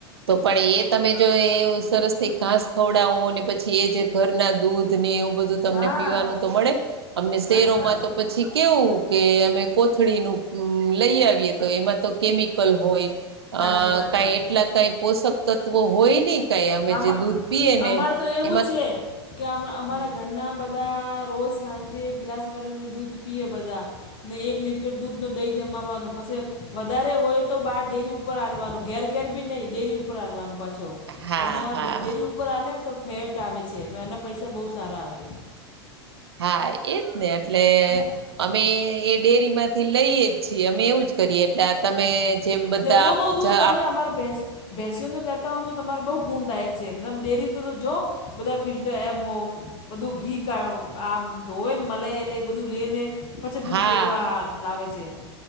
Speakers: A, on the right (about 65°); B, on the left (about 35°).
A: તો પણ એ તમે જો એ સરસ થી ઘાસ ખવડાવો ને પછી એ જે ઘરના દૂધ ને એવું તમને
B: હા
A: તો પીવાનું મળે અમને
B: સાચી
A: શેહારો
B: વાત
A: માં તો પછી કેવું કે અમે કોથળી નું લઈ આવીએ તો એમાં તો કેમિકલ હોય અ
B: સાચી વાત
A: કાઈ
B: છે
A: એટલા કાઈ પોષક તત્વો હોય નહી કાંઈ અમે
B: અમા
A: જે દૂધ પીએ
B: અમારે
A: ને
B: તો એવું
A: એમાં
B: જ છે કે અમાં અમારા
A: હમ
B: ઘરના બધા રોજ સાંજે ગ્લાસ ભરીને દૂધ પીએ બધા ને એક લીટર દૂધ નું દહી જમાવાનું પછી વધારે હોય તો બાર ડેરી ઉપ ઉપર હાલવાનું ઘેર બી નહીં ડેરી ઉપર હાલવાનું પાછો
A: હા
B: એના
A: હા
B: ડેરી ઉપર આલે ને તો ફેટ આવે છે, તો એના પૈસા બહુ સારા આવે
A: હા એજ ને એટલે
B: ને કે-
A: અમે એ ડેરીમાંથી લઈએ જ છીએ અમે એવું જ કરીએ એટલે- તમે
B: હા જી
A: જેમ બધા
B: ને
A: આપ
B: એનો ઓ દૂધ
A: જ
B: તમે
A: આપ
B: અમારે ભેં બેસીઓ નો લેતા હોય તો તમારે બહુ ગુણદાયક છે ન તર તમે ડેરીને તો જો બધા ફિલ્ટર એમ ઓમ બધું ઘી કરવામાં આમ જોવે ને મલાઈ બધું લઈને પછી દૂધ
A: હા
B: વેકવા લાવે છે.